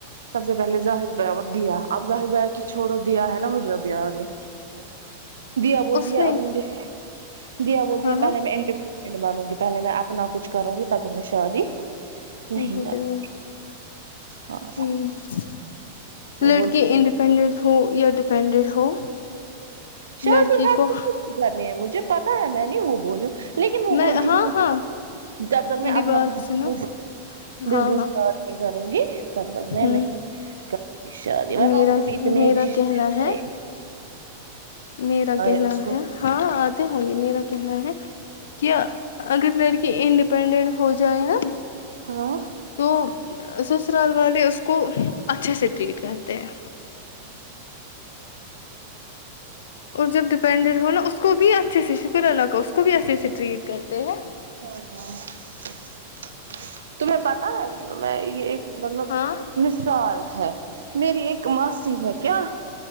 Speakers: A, on the right (about 90°); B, on the left (about 75°).
A: سب سے پہلے ظاہر دوات دیا اب ظاہر ب کہ چھڑو دیا ہے نا مجھے ابھی آگے دیا بولتی
B: اس
A: ہے
B: میں
A: ابھی مجھے دیا بولتی
B: ہاں
A: ہے پہلے
B: ہاں
A: میں انڈیپینڈنٹ بنوں گی پہلے میں اپنا کچھ کروں گی تب تک میں شادی
B: <unintelligible>
A: نہیں کرتی ہاں وہ
B: لڑکے
A: بول
B: انڈیپینڈنٹ ہو یا ڈیپینڈنٹ ہو
A: شادی
B: لڑکی
A: ہ
B: کو
A: کرھرنی ہے مجھے پتا ہے میں نہیں وہ بولوں لیکن وہ
B: میں
A: بولتی
B: ہاں
A: ہیں کہ
B: ہاں
A: جب تک
B: میری
A: میں اپنا
B: بات
A: کچھ
B: سنو
A: بزنس
B: ہاں ہاں
A: اسٹارٹ نہیں کروں گی تب تک میں
B: ہوں
A: نہیں شادی ورنہ
B: میرا
A: اس کو بھی اتنے
B: میرا
A: رشتے
B: کہنا ہے
A: آے
B: میرا کہنا
A: اس کو
B: ہے ہاں آتے ہوں گے میرا کہنا ہے کیا اگر لڑکی انڈیپینڈنٹ ہو جائے نا
A: ہاں
B: تو سسرال والے اس کو اچھے سے ٹریٹ کرتے ہیں اور جب ڈیپینڈٹ ہو نا اس کو بھی اچھے سے شکر اللہ کا اس کو بھی اچھے سے ٹریٹ کرتے ہیں
A: ہاں <unintelligible> تمہیں پتا ہے میں یہ ایک مطلب
B: ہاں
A: مثال ہے میری ایک ماسی ہے کیا